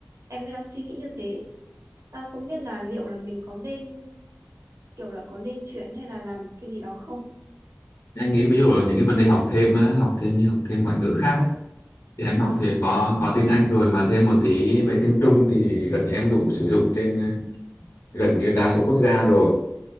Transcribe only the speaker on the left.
anh nghĩ ví dụ là những cái vấn đề học thêm á, học thêm như học thêm ngoại ngữ khác á, thì em
học thì có có tiếng Anh rồi mà thêm một tí về tiếng Trung thì gần như em đủ sử dụng trên ờ, gần như đa số quốc gia rồi